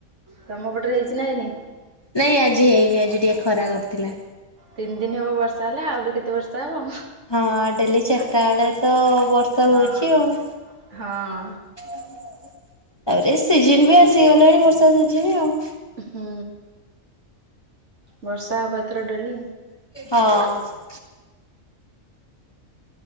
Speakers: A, on the right; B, on the left.
A: ତମ ପଟରେ ହେଇଚି ନା ହେଇନି?
B: ନାଇଁ ଆଜି ହେଇନି, ଆଜି ଟିକେ ଖରା କରିଥିଲା।
A: ତିନି ଦିନ ହବ ବର୍ଷା ହେଲା। ଆହୁରି କେତେ ବର୍ଷା ହବ?
B: ହଁ ଡେଲି ଚାରିଟା ବେଳେ ତ ବର୍ଷା
A: ହଁ
B: ହଉଚି ଆଉ।
A: ହଁ
B: ତାପରେ ସିଜିନ ବି ଆସିଗଲାଣି ବର୍ଷା ସିଜିନି ଆଉ।
A: ହୁଁ। ବର୍ଷା ହବ ଏଥର ଡେଲି।
B: ହଁ।